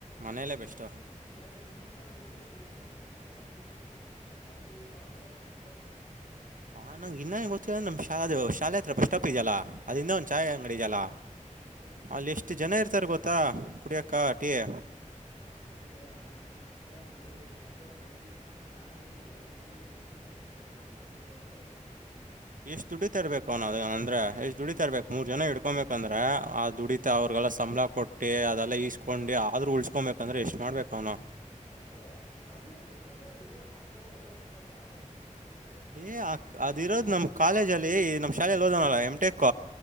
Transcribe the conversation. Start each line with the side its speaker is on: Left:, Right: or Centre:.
Right: ಮನೆಯಲ್ಲೇ ಬೆಸ್ಟ್
Left: ಮೆ ಶುಂಠಿ ಚಾವ್ ಏನ್ ಕುಡಿತಿದ್ನ ಮೊದ್ಲಿಕ್ಕೆ ಅದ್ದು ಬಿಟ್ಟುಬ ಬಿಟ್ಟಿದನ ಅಲ್ಲೂ ಬಾಳ್ ಹೊಳಾ ತಿನ್ ಬಿಟ್ಟಾವ ಈಗ
Right: ಹಾ ನಂಗಗೆ ಇನ್ನ ಹೆ ಗೊತ್ತ ನಮ್ ಶಾಲ ಶಾಲೆ ಹತ್ರ ಸ್ಟಾಪ್ ಇದೆಯಲ್ಲಾ ಅದಿಂದ ಒಂದು ಚಛಾಯೆ
Left: ಹ್ಮ್
Right: ಅಂಗಡಿ ಜಲ
Left: ಹ್ಮ್
Right: ಅಲ್ಲಿ ಎಷ್ಟು ಜನ ಇರ್ತಾರೆ ಗೊತ್ತ ತ್ತಾ ಕುಡಿಯಕ್ಕಾಟಿಯ
Left: ಹಾ ಅಲ್ಲೇ ಅಣ್ಣ ಅಲ್ಲೇ ಒಂದು ಎಷ್ಟು ಒಂದೇ ಒಂದ್ ಅಂಗಡಿಗೆ ಅದು ಚಾ ಅಂಗಡಿಗೆ ಮೂರ್ ಜನಕ್ಕೆ ಕೆಲಸ ಇಟ್ಟಕೊಂಡವನು ಅಲ್ಲೇ ಗೊತ್ತಾಗುತ್ತ ಅವ ಎಷ್ಟು ದುಡ
Right: ಎಷ್ಟ್ ದುಡಿತಾ ಇರ್ಬೇಕ ಅವ್ನ ಅ ಅಂದ್ರೆ
Left: ಹ್ಮ್
Right: ಎಷ್ಟ್ ದುಡಿತಾ ಇರ್ಬೇಕಕ್ ಮೂರ್ ಜನ ಇಡ್ಕೊಂಬಬೇಕಂದ್ರೆ ಆ ದುಡಿತ
Left: ಹ್ಮ್
Right: ಅವ್ರು ಅವಲ್ಲ ಸಂಬಳ ಕೊಟ್ಟಿ ಅದೆಲ್ಲ ಈಸ್ಕೊಂಡು ಆದ್ರರು ಉಳ್ಸ್ಕೊಬೇಕಂದ್ರೆ ಎಷ್ಟ್ ಮಾಡ್ಬೇಕು ಅವನು
Left: ಮತ್ತೆ ಆದ್ರ ಇಏನೊಂದ್ ಎರಡು ಇದು ಶಾಖೆಗಳು ಅದ ತಪ್ಪಾ ಚಾದೆ ನನಗಗ್ ಗೊತ್ತ
Right: ಏ ಅ ಅದ ಇರೋದ್ ನಮ್ ಕಾಲೇಜ ಅಲ್ಲಿ ನಮ ಶಾಲೆಯಲ್ಲಿ ಓದೋನಲ್ಲ ಎಮ ಟೆಕ